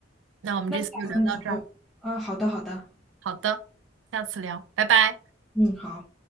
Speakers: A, on the right (about 75°); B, in the centre.
A: 那我们这次就聊到这儿，
B: 那你打算什么？啊，好的，好的。
A: 好的，下次聊，拜拜。
B: 嗯，好。